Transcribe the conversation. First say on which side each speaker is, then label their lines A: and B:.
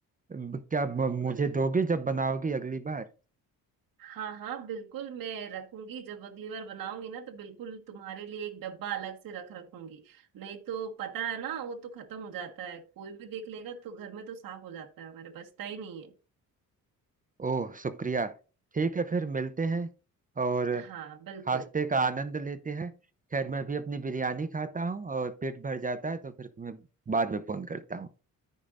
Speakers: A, on the right (about 25°); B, on the right (about 70°).
A: ब- क्या ब-
B: बिल्कुल
A: मुझे दोगे जब बनाओगी अगली बार
B: हाँ हाँ बिल्कुल मैं रखूंगी जब अगली बार बनाऊंगी ना तो बिल्कुल तुम्हारे लिए एक डब्बा अलग से रख रखूंगी नहीं तो पता है ना वो तो खत्म हो जाता है कोई भी देख लेगा तो घर में तो साफ हो जाता है हमारे बचता ही नहीं है
A: ओह शुक्रिया ठीक है फिर मिलते हैं और
B: हाँ बिल्कुल
A: खास्ते का आनंद लेते हैं खैर मैं भी अपनी बिरयानी खाता हूँ और पेट भर जाता है तो फिर तुम्हें बाद में फोन करता हूँ